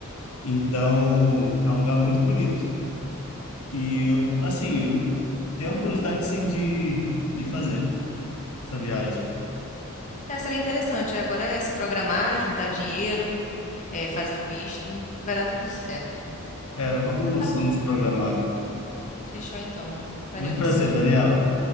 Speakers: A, on the left; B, on the left.
A: Então, é um lugar muito bonito. E eu, assim, eu tenho curiosidade sim de, de fazer essa viagem.
B: É, seria interessante. Agora é se programar, juntar dinheiro, é, fazer o visto, vai dar tudo certo.
A: É, vamos
B: Então tá bom.
A: nos programar.
B: Fechou então. Valeu,
A: Muito
B: Tassiano.
A: prazer, Daniela.